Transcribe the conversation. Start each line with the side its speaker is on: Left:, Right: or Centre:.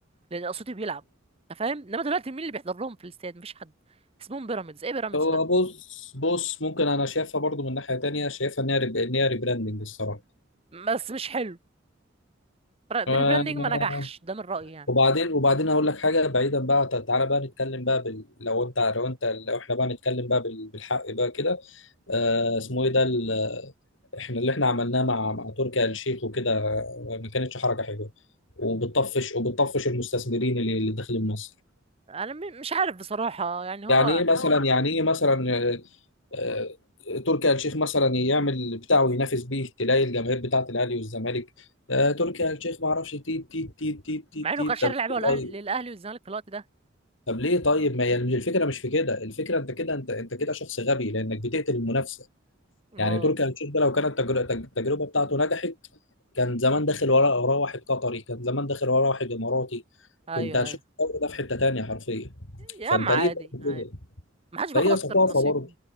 Right: لان صوتي بيلعب انت فاهم انما دلوقتي مين اللي بيحضر لهم في الاستاد مفيش حد اسمهم بيراميدز ايه بيراميدز
Left: هو
Right: ده
Left: بص بص ممكن انا شايفها برضو من ناحيه تانية شايفها ان هي ريب- ان هي ريبراندنج الصراحه
Right: بس مش حلو برا- بريبراندينج
Left: آه،
Right: ما نجحش ده من رايي يعني
Left: وبعدين وبعدين اقول لك حاجه بعيدا بقى تع- تعالى بقى نتكلم بقى بال... لو انت لو انت لو احنا بقى نتكلم بقى بال... بالحق بقى كده آه اسمه ايه ده ال... احنا اللي احنا عملناه مع مع تركي آل الشيخ وكده آه، ما كانتش حركه حلوه وبتطفش وبتطفش المستثمرين اللي اللي داخلين مصر
Right: انا م- مش عارف بصراحه يعني هو
Left: يعني ايه مثلا يعني ايه مثلا آه، آه، تركي آل الشيخ مثلا يعمل اللي بتاعه ينافس بيه تلاقي الجماهير بتاعه الاهلي والزمالك آه، تركي آل الشيخ ما اعرفش تيت تيت تيت تيت تيت
Right: مع انه
Left: تيت
Right: كان شاري
Left: طب
Right: لعيبه
Left: ليه
Right: والأهل-
Left: طيب
Right: للاهلي والزمالك في الوقت ده
Left: طب ليه طيب ما هي الفكره مش في كده الفكره انت كده انت انت كده شخص غبي لانك بتقتل المنافسه
Right: اه
Left: يعني تركي آل الشيخ ده لو كانت التجر- التج- التجربه بتاعته نجحت كان زمان داخل وراه وراه واحد قطري كان زمان داخل وراه واحد اماراتي
Right: ايوه
Left: كنت هتشوف
Right: ايوه
Left: الدوري ده في حته تانيه حرفيا
Right: يا
Left: فانت
Right: عم عادي
Left: ليه تعمل
Right: عادي
Left: كده
Right: ما حدش بياخد
Left: فهي
Right: اكتر
Left: ثقافه
Right: من نصيبه
Left: برضه